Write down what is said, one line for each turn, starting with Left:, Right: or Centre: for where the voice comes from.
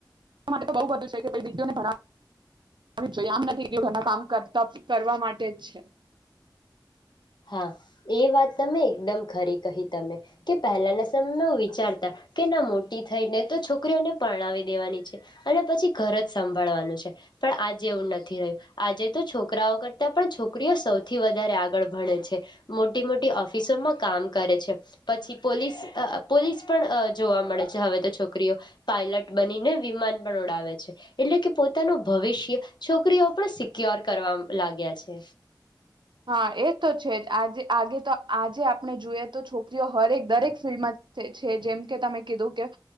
Right: માટે તો બહુ બધું છે કે ભાઈ દીકરીઓને ભણા જો આમ નથી કે ઘણા કામ કરતા કરવા માટે જ છે.
Left: હા એ વાત તમે એકદમ ખરી કહી તમે કે પહેલાના સમયમાં વિચારતા કે ના મોટી થઈને તો છોકરીઓને પરણાવી દેવાની છે અને પછી ઘર જ સંભાળવાનું છે. પણ આજે એવું નથી રહ્યું. આજે તો છોકરાઓ કરતા પણ છોકરીઓ સૌથી વધારે આગળ ભણે છે. મોટી મોટી ઓફિસોમાં કામ કરે છે. પછી પોલીસ અ પોલીસ પણ અ જોવા મળે છે. હવે તો છોકરીઓ પાયલટ બનીને વિમાન પણ ઉડાવે છે એટલે કે પોતાનું ભવિષ્ય છોકરીઓ પણ સિક્યોર કરવા અ લાગ્યા છે.
Right: હા એ તો છે જ આજે આજે તો આજે આપણે જોઈએ તો છોકરીઓ હરેક દરેક ફિલ્ડમાં છે. જેમ કે તમે કીધું કે